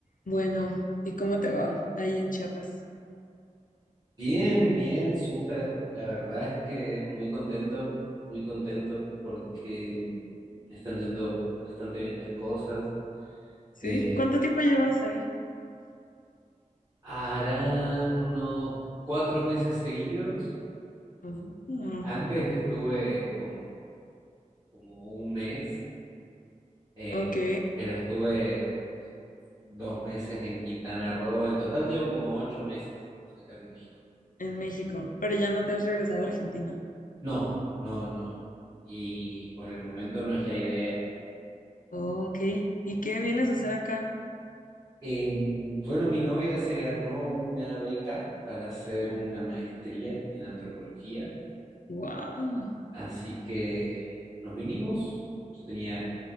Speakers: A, on the left; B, on the right.
A: Bueno, ¿y cómo te va ahí en Chiapas?
B: Bien, bien, súper. La verdad es que muy contento, muy contento porque le están yendo bastante bien las cosas.
A: ¿Sí?
B: Eh,
A: ¿Cuánto tiempo llevas ahí?
B: harán unos cuatro meses seguidos.
A: Oh, Ah,
B: Antes estuve como, como un mes, eh,
A: ok,
B: pero estuve dos meses en Quintana Roo. En total llevo como ocho meses acá en México.
A: en México, pero ya no te has regresado a Argentina.
B: No, no, no. Y por el momento no es la idea.
A: ok. ¿Y qué vienes a hacer acá?
B: Em, bueno, mi novia se ganó una beca para hacer una maestría en antropología,
A: Wow.
B: así que nos vinimos. Yo tenía